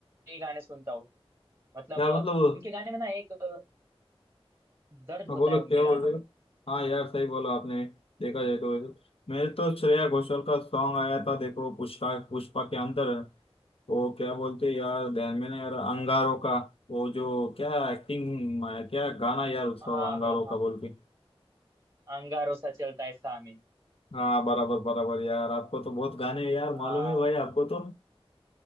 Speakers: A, on the right (about 25°); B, on the left (about 65°).
A: के गाने सुनता हूँ मतलब
B: क्या
A: अ,
B: मतलब
A: उनके गाने में ना एक अ, दर्द
B: हाँ
A: होता
B: बोलो
A: है उनके
B: क्या
A: गानों
B: बोल रहे
A: में
B: हो हाँ यार सही बोला आपने देखा जाए तो वैसे मेरे तो श्रेया घोषाल का सॉन्ग आया था देखो पुष्पा पुष्पा के अंदर वो क्या बोलते हैं यार ध्यान में ना यार अंगारों का वो जो क्या एक्टिंग क्या गाना यार उसका
A: हाँ
B: वो अंगारों
A: हाँ हाँ
B: का बोल के
A: अंगारों सा चलता है सामे
B: हाँ बराबर बराबर यार आपको तो बहुत गाने यार
A: हाँ
B: मालूम है भाई आपको तो